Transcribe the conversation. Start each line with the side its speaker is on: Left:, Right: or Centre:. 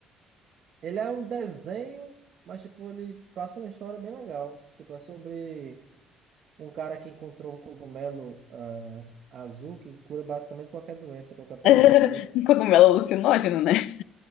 Right: Ele é um desenho, mas tipo, ele passa uma história bem legal. Tipo, é sobre um cara que encontrou um cogumelo ah, azul que cura basicamente qualquer doença, qualquer problema
Left: <laughs>
Right: de saúde.
Left: Um Cogumelo alucinógeno, né?